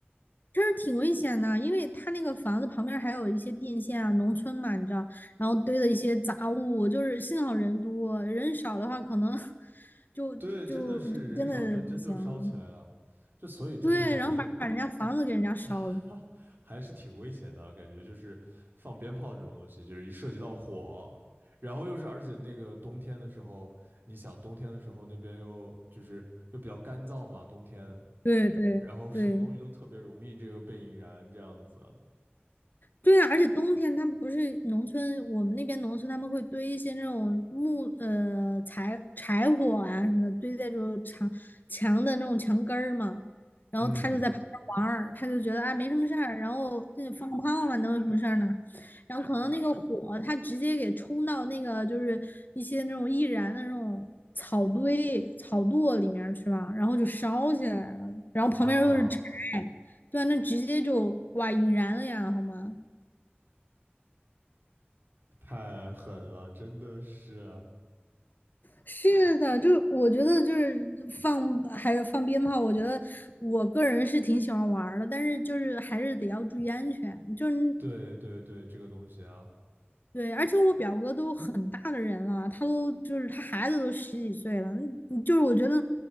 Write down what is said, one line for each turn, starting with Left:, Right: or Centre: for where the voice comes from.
Left: 确实挺危险的，因为他那个房子旁边还有一些电线啊，农村嘛，你知道，然后堆的一些杂物，就是幸好人多，人少的话可能 <laughs> 就就就真的不行了
Right: 对，真的是人少就真就烧起来了，就所以真的是还是
Left: 对，然后把把人家房子给人家烧了，
Right: <laughs> 还是挺危险的啊，感觉就是放鞭炮这种东西，就是一涉及到火，然后又是而且那个冬天的时候，你想冬天的时候那边又就是又比较干燥嘛，冬天，
Left: 对对对，
Right: 然后什么东西都特别容易这个被引燃这样子，
Left: 对啊，而且冬天他们不是农村，我们那边农村他们会堆一些那种木呃柴柴火啊什么的，堆在这种墙墙的那种墙根儿嘛。然后他就在旁边玩儿，
Right: 嗯。
Left: 他就觉得啊没什么事儿，然后那放个炮嘛，能有什么事儿呢？然后可能那个火他直接给冲到那个就是一些那种易燃的那种草堆草垛里面儿去了，然后就烧起来了，然后旁边又是柴，
Right: 啊，
Left: 对啊，那直接就哇引燃了呀，好吗？
Right: 太狠了，真的是。
Left: 是的，就是我觉得就是放还有放鞭炮，我觉得我个人是挺喜欢玩儿的，但是就是还是得要注意安全。就是你
Right: 对对对，这个东西啊，
Left: 对，而且我表哥都很大的人了，他都就是他孩子都十几岁了，嗯就是我觉得